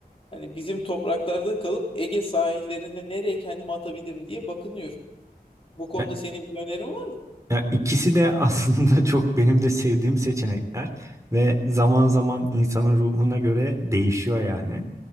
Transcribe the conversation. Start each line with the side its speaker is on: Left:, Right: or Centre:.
Left: hani bizim topraklarda kalıp Ege sahillerinde nereye kendimi atabilirim diye bakınıyorum. Bu konuda
Right: Ya,
Left: senin bir önerin var mı?
Right: ya ikisi de aslında <laughs> çok benim de sevdiğim seçenekler ve zaman zaman insanın ruhuna göre değişiyor yani.